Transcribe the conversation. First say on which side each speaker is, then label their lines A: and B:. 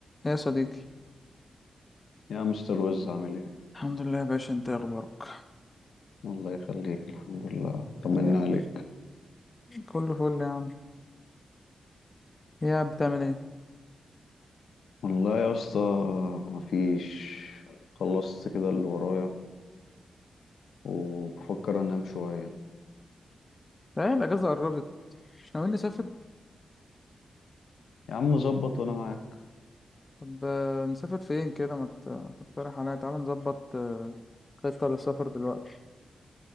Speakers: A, on the left; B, on the left.
A: يا صديقي
B: يا مستر وز عامل ايه
A: الحمد لله يا باشا انت ايه اخبارك
B: الله يخليك الحمد لله طمنا
A: يا
B: عليك
A: كله فل يا عم يا بتعمل ايه؟
B: والله يا اسطى مفيش خلصت كده اللي ورايا وبفكر انام شوية
A: ايه الأجازة قربت مش ناويين نسافر؟
B: يا عم ظبط وانا معاك
A: طب آه، نسافر فين كده ما ت- ما تقترح عليا تعالى نظبط آه، خطة للسفر دلوقتي